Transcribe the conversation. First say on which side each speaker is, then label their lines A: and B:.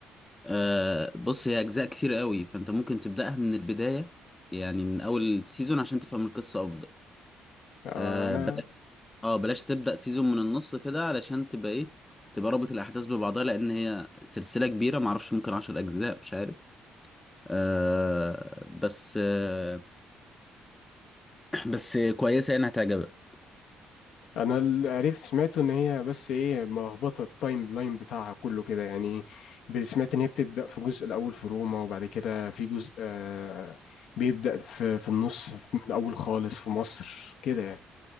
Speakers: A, on the left; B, on the left.
A: آه بص هي اجزاء كتير قوي فانت ممكن تبداها من البدايه يعني من اول سيزون عشان تفهم القصه افضل
B: آه
A: آه
B: أنا
A: بلاش اه بلاش تبدأ سيزون من النص كده علشان تبقى ايه تبقى رابط الأحداث ببعضها لأن هي سلسلة كبيرة معرفش ممكن عشر أجزاء مش عارف آه بس آه <clears throat> بس كويسة يعني هتعجبك
B: انا اللي عرفت سمعته ان هي بس ايه ملخبطه التايم لاين بتاعها كله كده يعني ب- سمعت ان هي بتبدا في جزء الاول في روما وبعد كده في جزء آه بيبدا في في النص في من الاول خالص في مصر كده يعني